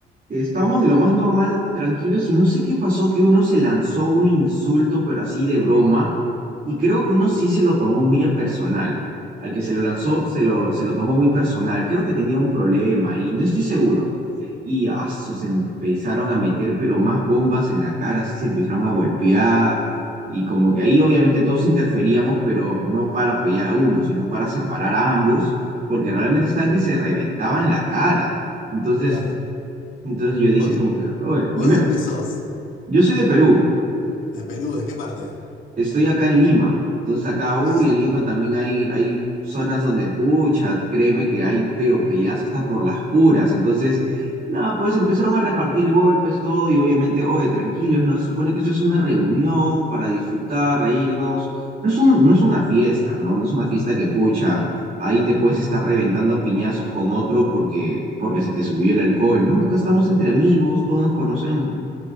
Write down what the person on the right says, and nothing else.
que estábamos de lo más normal, tranquilos, y no sé qué pasó, que uno se lanzó un insulto, pero así de broma, y creo que uno sí se lo tomó muy a personal al que se lo lanzó se lo, se lo tomó muy personal. Creo que tenía un problema y no estoy seguro. Y ah, su, se empezaron a meter, pero más bombas en la cara, así se empezaron a golpear. Y como que ahí obviamente todos interferíamos, pero no para apoyar a uno, sino para separar a ambos, porque realmente estaban que se reventaban la cara. Entonces,
entonces yo dije
como que, "Oye, dime,
yo soy de Perú,
Estoy acá en Lima, entonces acá, uy,
en
Lima también hay, hay zonas donde, pucha, créeme que hay, pero peleas hasta por las puras, entonces, nada, pues empezaron a repartir golpes, todo, y obviamente, oye, tranquilos, ¿no? Se supone que esto es una reunión para disfrutar, reírnos, no es un, no es una fiesta, ¿no? No es una fiesta que, pucha, ahí te puedes estar reventando a piñazos con otro porque, porque se te subió el alcohol, ¿no? Acá estamos entre amigos, todos nos conocemos, ¿no?